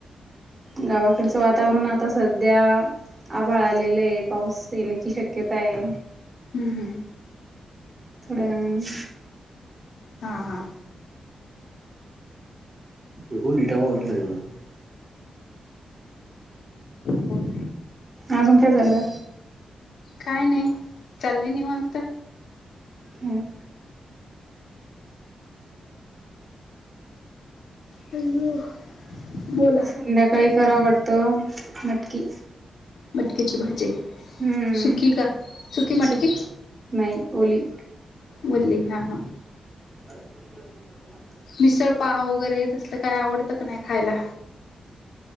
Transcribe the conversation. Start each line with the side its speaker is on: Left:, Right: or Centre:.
Right: गावाकडचं वातावरण आता सध्या आभाळ आलेल‌ ये पाऊस येण्याची शक्यता ये.
Left: हम्म
Right: थोड्यावेळाने.
Left: हां हां
Right: एघो नीटावारलायवड <inaudible>
Left: बोल
Right: अजून काय झालं?
Left: काय नाही चाललंय निवांत.
Right: हम्म
Left: ह बोला <inaudible>
Right: संध्याकाळी कराव वाटतं मटकी
Left: मटकीची भाजी.
Right: हम्म
Left: सूखी का सुखी मटकी?
Right: सुक नाही ओली
Left: बली हां हां.
Right: <unintelligible>
Left: मिसळ पाव वगैरे तसलं काय आवडतं का नाही खायला?